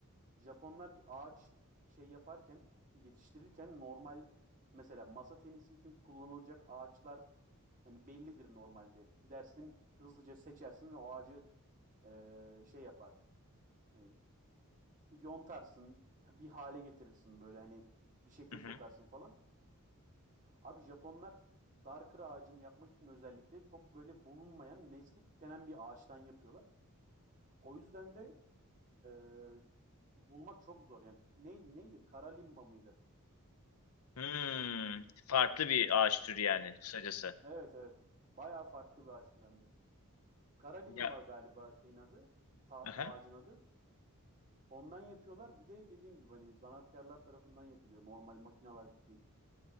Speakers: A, on the right (about 35°); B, on the left (about 75°).
A: Japonlar bir ağaç şey yaparken, yetiştirirken normal mesela masa tenisi için kullanılacak ağaçlar hani bellidir normalde. Gidersin hızlıca seçersin ve o ağacı eee, şey yaparsın. Hani yontarsın, bir hale getirirsin böyle hani bir şekle
B: Hı hı.
A: sokarsın falan. Abi Japonlar Darker ağacını yapmak için özellikle çok böyle bulunmayan, nesli tükenen bir ağaçtan yapıyorlar. O yüzden de e, bulmak çok zor. Yani ne, neydi? Kara limba mıydı?
B: Hmm, farklı bir ağaç türü yani kısacası.
A: Evet evet. Bayağı farklı bir ağaç türü hem de. Kara limba
B: Ya,
A: galiba şeyin adı, ta-
B: aha.
A: ağacın adı. Ondan yapıyorlar. Bir de dediğim gibi hani zanaatkarlar tarafından yapılıyor. Normal makineler gibi değil.